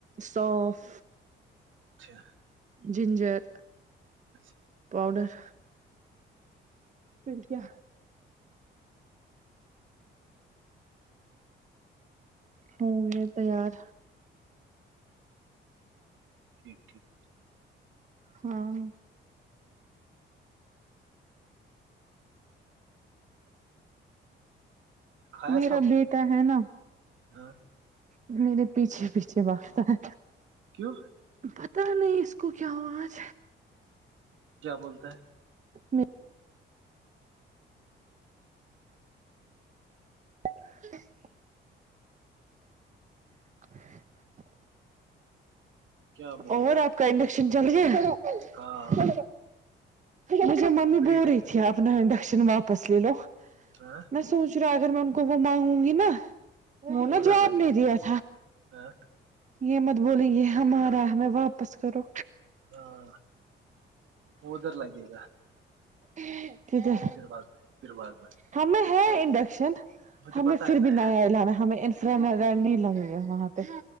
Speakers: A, on the right; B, on the right.
A: سونف
B: اچھا
A: جنجر
B: اچھا
A: پاؤڈر پھر کیا ہووں گے تیار
B: ٹھ ٹیک
A: ہاں
B: کھایا
A: میرا
B: سب
A: بیٹا ہے نا
B: ہاں
A: یہ میرے پیچھے پیچھے وقت ہے
B: کیوں
A: پتہ نہیں اس کو کیا آواز
B: کیا بولتا ہے
A: میں <inaudible> <inaudible>
B: کیا بولتا
A: اور
B: ہے
A: آپ کا انڈکشن چل گیا
B: ہاں
A: مجھے ممی
B: بیٹے
A: بول رہی
B: کے
A: تھی اپنا انڈکشن واپس لے لو
B: لیے ہاں
A: میں سوچ ا اگر میں ان کو وہ مانگوں گی نا وہ نا
B: ادھر
A: جواب
B: لگے
A: نہیں دیا ا
B: گا ہاں
A: یہ مت بولیں یہ ہمارا ہمیں واپس کرو
B: ہاں وہ ادھر لگے گا
A: یک ہے
B: پھر باغ میں پھر باغ میں
A: ہمیں ہے انڈکشن
B: مجھے
A: ہمیں
B: پتا
A: پھر
B: ہے
A: بھی
B: نیا
A: ن آیا لانا ہمیں نہیں لگے گا وہاں پہ